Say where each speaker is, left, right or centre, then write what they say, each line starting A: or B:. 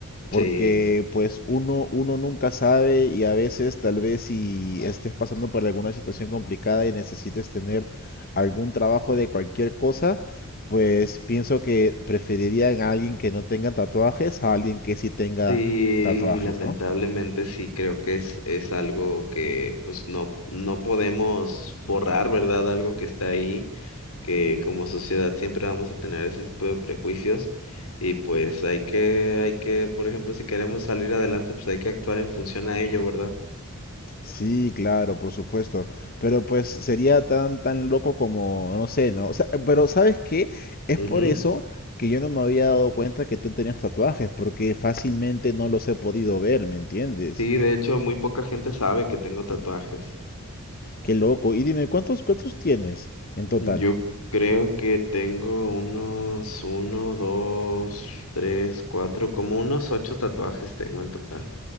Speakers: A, on the left (about 40°); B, on the left (about 75°).
A: Porque
B: Sí.
A: pues uno, uno nunca sabe y a veces tal vez si estés pasando por alguna situación complicada y necesites tener algún trabajo de cualquier cosa, pues pienso que preferiría a alguien que no tenga tatuajes a alguien que sí tenga
B: Sí,
A: tatuajes,
B: lamentablemente
A: ¿no?
B: sí, creo que es, es algo que pues no, no podemos borrar, ¿verdad? Algo que está ahí, que como sociedad siempre vamos a tener ese tipo de prejuicios y pues hay que, hay que, por ejemplo, si queremos salir adelante, pues hay que actuar en función a ello, ¿verdad?
A: Sí, claro, por supuesto. Pero pues sería tan tan loco como, no sé, ¿no? O sea, pero ¿sabes qué? Es
B: Ujú.
A: por eso que yo no me había dado cuenta que tú tenías tatuajes, porque fácilmente no los he podido ver, ¿me entiendes?
B: Sí, de hecho, muy poca gente sabe que tengo tatuajes.
A: Qué loco. Y dime, ¿cuántos cuántos tienes en total?
B: Yo creo que tengo unos uno, dos, tres, cuatro, como unos ocho tatuajes tengo en total.